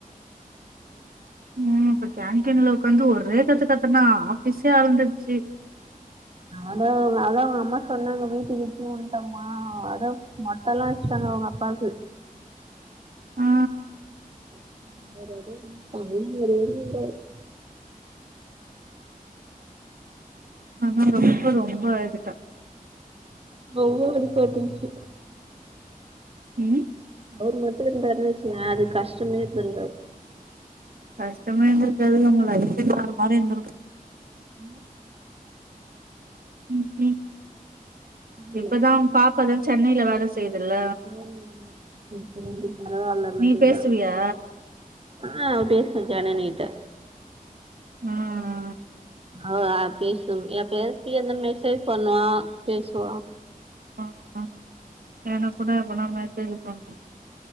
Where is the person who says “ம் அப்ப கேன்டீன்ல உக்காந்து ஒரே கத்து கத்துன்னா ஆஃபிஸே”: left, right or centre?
Right